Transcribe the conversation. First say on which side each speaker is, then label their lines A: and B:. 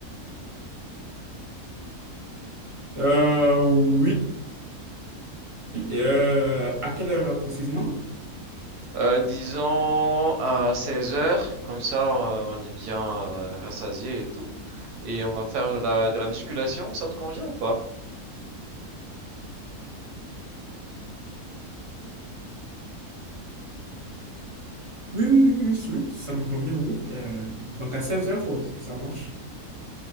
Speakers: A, on the right; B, on the right.
A: Euh, oui. Euh, à quelle heure précisément?
B: Euh, disons à seize heures, comme ça euh, on est bien euh, rassasié et tout. Et on va faire de la, de la musculation, ça te convient ou pas?
A: Oui, oui, oui, oui, oui, ça me convient, oui. Euh, donc à 16 heures, ça marche.